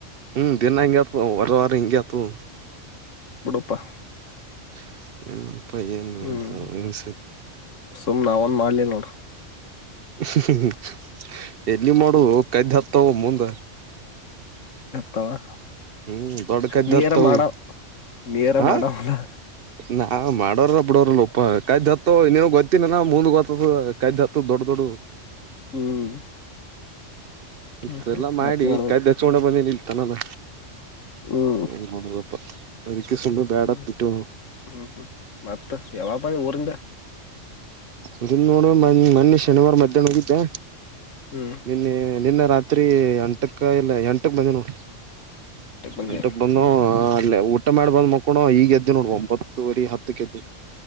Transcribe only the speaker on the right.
ಹ್ಮ್ ದಿನಾ ಹಿಂಗ ಎತ್ವ ಅವು ವರವರ ಹಿಂಗ ಎತ್ವವು.
<inaudible>
ಹೇಳ್ತಾರ ಏನ್
ಹು ಹು ಹು ಎಲ್ಲಿ ಮಾಡುವ. ಕಡ್ಡಿ ಅತ್ತವೋ ಮುಂದ.
ಹ್ಮ್ ದೊಡ್ಡ ಕದ್ದ್
ಹತ್ತವು
ಹ
ನಾ ಮಾಡೋವರ ಬಿಡೋರಲ್ಲ ಓಪ್ಪ ಕದ್ದಿ ಹತ್ತವ ನೀನ್ಗ್ ಗೊತ್ತಿಲ ಇನ. ಮುಂದ ಗೊತ್ತಾದ ಕದ್ದಿ ಹತ್ತುದ ದೊಡ್ಡ ದೊಡವು.
ಇತ್ತ
ಎಲ್ಲಾ ಮಾಡಿ
ಕಡ್ಡಿ ಹಚ್ಚಕೊಂಡ ಬಂದೆನಿಲ್ಲಿ. ತನ್ನದ.
ಏನ ನೋಡಲೋಪ್ಪಾ. ಸುಮ್ನೆ ಬ್ಯಾಡತ್ತ
ಬಿಟ್ಟೇವನವ.
ಇದನ್ ನೋಡ ಮ ಮೊನ್ನೆ ಶನಿವಾರ ಮಧ್ಯಾಹ್ನ ಹೋಗಿದ್ದೆ.
ನಿನ್ನೆ ನಿನ್ನ ರಾತ್ರಿ ಅಂ ಇಲ್ಲ ಎಂಟಕ್ ಬಂದಿನ ನೋಡ
ಎಂಟಕ್ ಬಂದುವ
ಅಲೆ ಊಟ ಮಾಡಿ ಬಂದ್ ಮಕ್ ಕಣೊ ಈಗೆದ್ದ ನೋಡ ಒಂಬ ಪ್ಪತ್ತುವರಿ ಹತ್ತು ಎದ್ದಿನಿ.